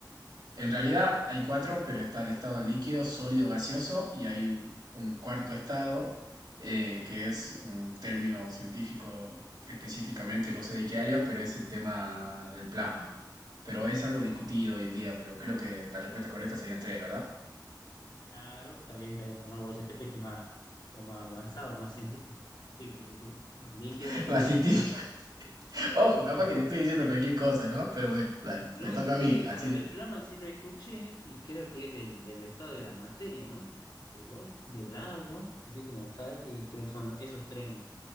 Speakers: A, on the right; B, on the left.
A: en realidad hay cuatro, pero está el estado líquido, sólido, gaseoso y hay un cuarto estado, eh, que es un término científico específicamente, no sé de qué área, pero es el tema del plasma. Pero es algo discutido hoy en día, pero creo que la respuesta correcta serían tres, ¿verdad?
B: Claro, está bien, está bien. No, vos ya te fuiste más, sos más avanzado, más científico. Sí, sí, sí, sí. Líquido,
A: <laughs>
B: sólido
A: Más científico.
B: y gaseoso.
A: Ojo, capaz
B: Claro.
A: que te estoy diciendo cualquier cosa, ¿no? Pero bueno, dale,
B: No,
A: me toca
B: es
A: a mí,
B: que lo
A: así.
B: del plasma sí lo escuché y creo que es del, del estado de la materia, ¿no? Pero del agua, así como tal, y creo que son esos tres nomás.